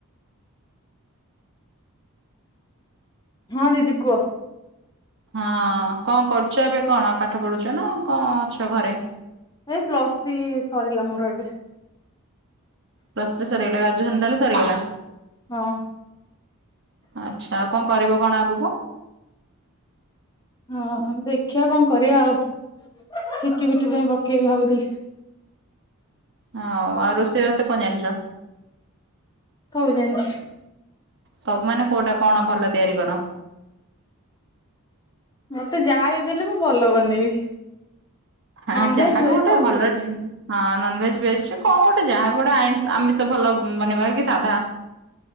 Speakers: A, on the left (about 20°); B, on the right (about 55°).
A: ହଁ ଦିଦି କୁହ।
B: ହଁ କଣ କରୁଛ ଏବେ କଣ ପାଠ ପଢୁଛ ନା କଣ ଅଛ ଘରେ?
A: ଏ ପ୍ଲସ୍ ଥ୍ରୀ ସରିଲା ମୋର ଏବେ।
B: ପ୍ଲସ ଥ୍ରୀ ସରିଗଲା, ଗ୍ରାଜୁଏସନ୍ ତାହାଲେ ସରିଗଲା?
A: ହଁ।
B: ଆଚ୍ଛା, ଆଉ କଣ କରିବ କଣ ଆଗକୁ?
A: ହଁ ଦେଖିଆ କଣ କରିବା ଆଉ ସିଟି ଫିଟି ପାଇଁ ପକେଇବି ଭାବୁଥିଲି।
B: ହଁ, ଆଉ ରୋଷେଇବାସ କଣ ଜାଣିଛ?
A: ସବୁ ଜାଣିଛି।
B: ସବୁ ମାନ କୋଉଟା କଣ ଭଲ ତିଆରି କର
A: ମୋତେ ଯାହା ବି ଦେଲେ ମୁଁ ଭଲ ବନେଇବି।
B: ହଁ
A: ନନଭେଜ
B: ଯାହାବି
A: ଭେଜ
B: ଗୋଟେ
A: ସବୁ
B: ଭଲ
A: ଶିଖିଛି
B: ଉଁ, ହଁ ନନଭେଜ୍ ଭେଜ୍ସେ କଣ ଗୋଟେ ଯାହାବି ଗୋଟେ ଆଇଁ ଆମିଷ ଭଲ ଉଁ, ବନେଇବା କି ସାଧା?